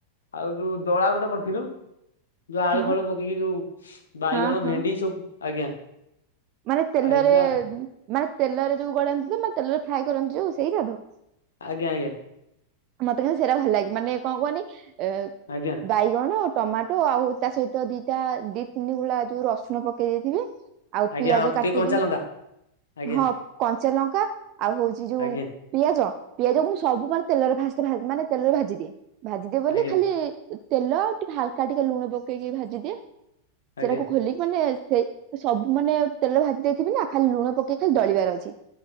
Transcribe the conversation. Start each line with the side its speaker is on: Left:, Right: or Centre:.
Left: ଆଉ ଯଉ ଦଳା ଗୋଟେ କରିଥିଲୁ। ଯଉ ଆଳୁ
Right: ହଁ
Left: ଫାଳୁ ପକେଇକି ଯଉ ବାଇଗଣ
Right: ହଁ ହଁ
Left: ଭେଣ୍ଡି ସବୁ ଆଜ୍ଞା।
Right: ମାନେ ତେଲରେ
Left: ଆଉ ହେଇଥିଲା
Right: ମାନେ ତେଲରେ ଯଉ ଗଳନ୍ତିତ ମାନେ ତେଲରେ ଫ୍ରାଏ କରନ୍ତି ଯଉ ସେଇଟା ତ?
Left: ଆଜ୍ଞା ଆଜ୍ଞା।
Right: ମୋତେ ବି ସେଟା ଭଲ ଲାଗେ ମାନେ କଣ କୁହନ୍ତି
Left: ଆଜ୍ଞା।
Right: ବାଇଗଣ ଟମାଟୋ ଆଉ ତା ସହିତ ଦିଇଟା ଦି ତିନି ଗୁଳା ଯଉ ରସୁଣ ପକେଇ ଦେଇେଇଥିବେ। ଆଉ
Left: ଆଜ୍ଞା
Right: ପିଆଜ
Left: ହଁ
Right: କାଟିକି
Left: ଟିକେ କଞ୍ଚା ଲଙ୍କା ଆଜ୍ଞା
Right: ହଁ କଞ୍ଚା ଲଙ୍କା ଆଉ ହଉଛି ଯଉ
Left: ଆଜ୍ଞା
Right: ପିଆଜ ପିଆଜ ମୁଁ ସବୁବେଳେ ତେଲରେ ଫାଷ୍ଟ ଭାଜେ ମାନେ ତେଲରେ ଭାଜିଦିଏ ଭାଜିଦିଏ ବୋଲି
Left: ଆଜ୍ଞା
Right: ଖାଲି ତେଲ ଆଉ ଟିକେ ହାଲକା ଟିକେ ଲୁଣ ପକେଇକି ଭାଜି ଦିଏ
Left: ଆଜ୍ଞା
Right: ସେଟାକୁ ଖୋଲିକି ମାନେ ସେଇ ସବୁ ମାନେ ତେଲ ଭାଜି ଦେଇଥିବି ନା ଖାଲି ଲୁଣ ପକେଇ ଖାଲି ଦଳିବାର ଅଛି